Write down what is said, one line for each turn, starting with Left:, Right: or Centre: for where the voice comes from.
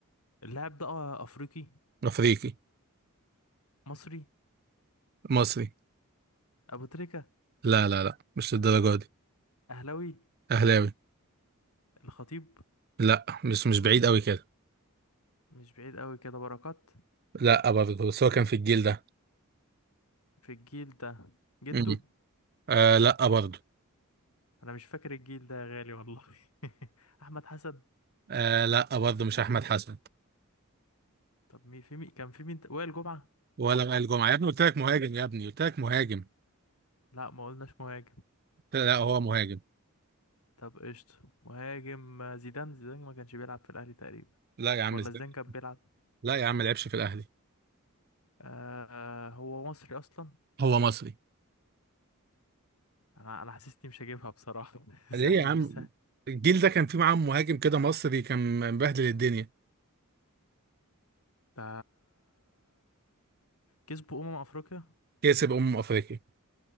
Left: اللاعب ده آه افريقي
Right: افريقي
Left: مصري
Right: مصري
Left: ابو تريكة
Right: لا لا لا مش للدرجه دي
Left: اهلاوي
Right: اهلاوي
Left: الخطيب
Right: لا مش مش بعيد قوي كده
Left: مش بعيد قوي كده بركات
Right: لا برضه بس هو كان في الجيل ده
Left: في الجيل ده جده
Right: مم. آه لا برضه
Left: انا مش فاكر الجيل ده يا غالي والله <laughs> احمد حسن
Right: آه لا برضه مش احمد حسن
Left: طب مين في مين كان في مين ت- وائل جمعة
Right: ولا وائل جمعه يا ابني قلت لك مهاجم يا ابني قلت لك مهاجم
Left: لا ما قلناش مهاجم
Right: لا هو مهاجم
Left: طب قشطة مهاجم آه، زيدان زيدان ما كانش بيلعب في الاهلي تقريبا
Right: لا يا عم
Left: ولا
Right: ازاي
Left: زيدان كان بيلعب
Right: لا يا عم ما لعبش في الاهلي
Left: آه آه، هو مصري اصلا
Right: هو مصري
Left: انا انا حاسسني مش هجيبها بصراحة <laughs> سهل
Right: ليه يا عم
Left: مش سهل
Right: الجيل ده كان فيه معاه مهاجم كده مصري كان مبهدل الدنيا
Left: ده كسبوا امم افريقيا
Right: كسب امم افريقيا